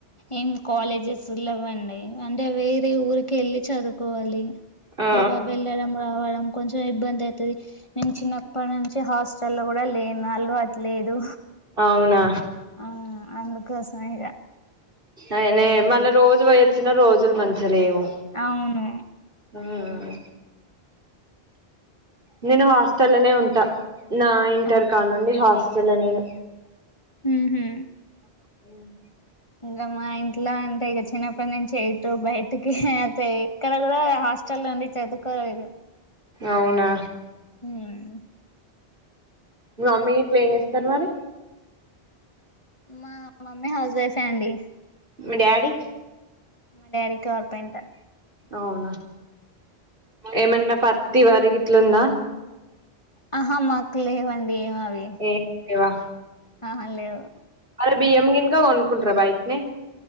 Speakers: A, on the left (about 30°); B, on the right (about 55°).
A: ఏం కాలేజెస్ లేవ్వండి అంటే వేరే ఊరికి ఎళ్ళి చదువుకోవాలి
B: ఆ
A: ఇగ వెళ్ళడం రావడం కొంచెం ఇబ్బంది అయితది ఇం చిన్నప్పుడు నుంచి హాస్టల్లో కూడా లేను అలవాటు లేదు
B: అవునా
A: ఆ అందుకోసమే ఇగ
B: అయనే మళ్ళా రోజు పోయి వచ్చినా రోజులు మంచిగా లేవు
A: అవును
B: ఉమ్మ్ నేను హాస్టల్లోనే ఉంటా నా ఇంటర్
A: అవునా
B: కాడనుండి హాస్టలే నేను
A: మ్మ్ఉమ్మ్
B: ఆ
A: ఇంగ మా ఇంట్లో అంటే ఇగ చిన్నప్పుడు నుంచి ఎటో బయటికి అయితే ఎక్కడ కూడా హాస్టల్లో ఉండి చదువుకోలేదు
B: అవునా
A: ఉమ్మ్
B: మీ మమ్మీ ఇట్ల ఏం చేస్తారు మరి
A: మా మమ్మీ హౌస్ వైఫే అండి
B: మీ డాడీ
A: మా డాడీ కార్పెంటర్
B: అవునా ఏమన్నా పత్తి వరి గిట్లుందా
A: ఆహా మాకు లేవండి ఏం అవి
B: ఏ లేవా
A: ఆహా లేవు
B: అదే బియ్యం గిన్క కొనుక్కుంటరా బయట్నే